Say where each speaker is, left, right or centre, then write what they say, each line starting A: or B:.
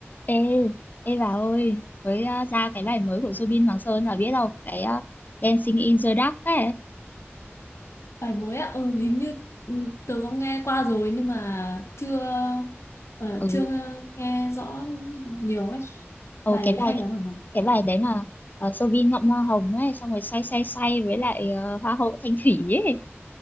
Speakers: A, on the left (about 40°); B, on the left (about 80°).
A: Ê, ê bà ơi, mới ờ, ra cái bài mới của Zubin Hoàng Sơn là biết đâu, cái ờ, Dancing in the Dark ấy.
B: Bài mới ạ, ừ, hình như ừ, tớ có nghe qua rồi nhưng mà chưa ờ,
A: Ừ,
B: chưa nghe rõ nhiều ấy.
A: Ồ,
B: Bài
A: cái
B: đấy
A: bài
B: hay lắm hả?
A: cái bài đấy mà uh, Soobin ngậm hoa hồng ấy, xong rồi say say say với lại ờ, hoa hậu Thanh Thủy ấy.